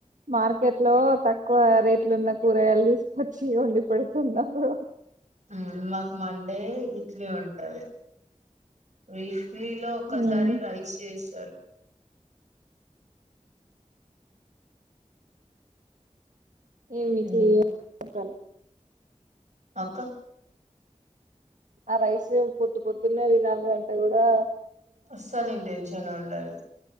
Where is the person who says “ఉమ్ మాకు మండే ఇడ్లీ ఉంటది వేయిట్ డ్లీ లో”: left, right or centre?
Right